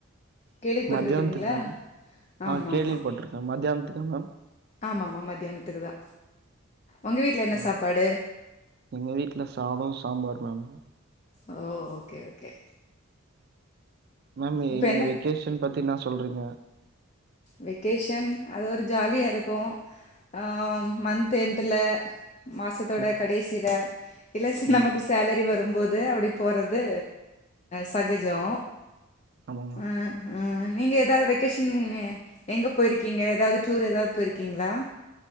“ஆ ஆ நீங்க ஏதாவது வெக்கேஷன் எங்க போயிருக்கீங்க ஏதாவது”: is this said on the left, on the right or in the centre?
Left